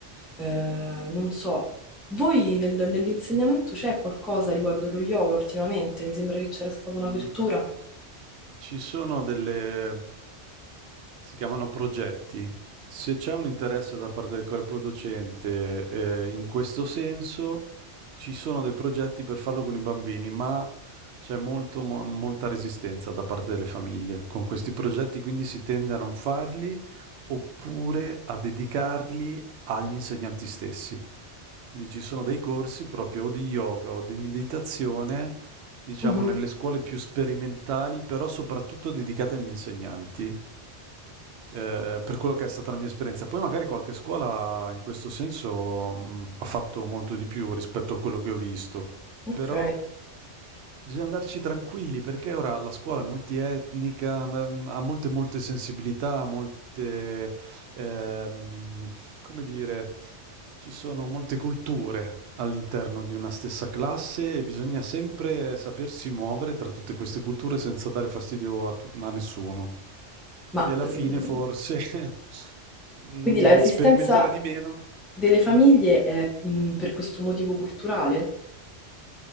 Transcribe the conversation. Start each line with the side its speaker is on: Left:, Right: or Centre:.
Centre: eh, non so, voi nel- nell'insegnamento c'è qualcosa riguardo lo yoga ultimamente? Mi sembra che c'era stata
Right: Mh.
Centre: un'apertura.
Right: Ci sono delle, si chiamano progetti. Se c'è un interesse da parte del corpo docente, eh, in questo senso, ci sono dei progetti per farlo con i bambini, ma c'è molto, mo- molta resistenza da parte delle famiglie. Con questi progetti quindi si tende a non farli oppure a dedicarli agli insegnanti stessi. Quindi ci sono dei corsi proprio o di yoga o di meditazione, diciamo,
Centre: Mhm,
Right: nelle scuole più sperimentali, però soprattutto dedicate agli insegnanti. eh, per quello che è stata la mia esperienza. Poi magari qualche scuola in questo senso mh, ha fatto molto di più rispetto a quello che ho visto,
Centre: Ok,
Right: però bisogna andarci tranquilli perché ora la scuola è multietnica, mh, ha molte molte sensibilità, molte ehm, come dire, ci sono molte culture all'interno di una stessa classe e bisogna sempre sapersi muovere tra tutte queste culture senza dare fastidio a, tu- a nessuno.
Centre: ma
Right: Quindi alla
Centre: ehm,
Right: fine forse <laughs> mm,
Centre: Quindi la resistenza
Right: sperimentare di meno.
Centre: delle famiglie è mh, per questo motivo culturale?